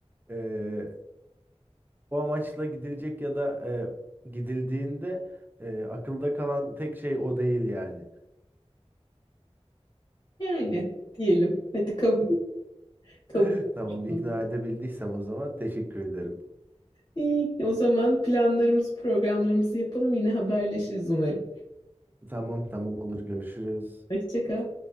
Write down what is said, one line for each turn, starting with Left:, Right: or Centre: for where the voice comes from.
Right: e, o amaçla gidilecek ya da e, gidildiğinde e, akılda kalan tek şey o değil yani.
Left: Yani diyelim. Hadi kabul kabul
Right: <laughs>
Left: etmiştim.
Right: Tamam ikna edebildiysem o zaman teşekkür ederim.
Left: İyi, o zaman planlarımızı, programlarımızı yapalım. Yine haberleşiriz umarım.
Right: Tamam tamam olur görüşürüz.
Left: Hoşça kal.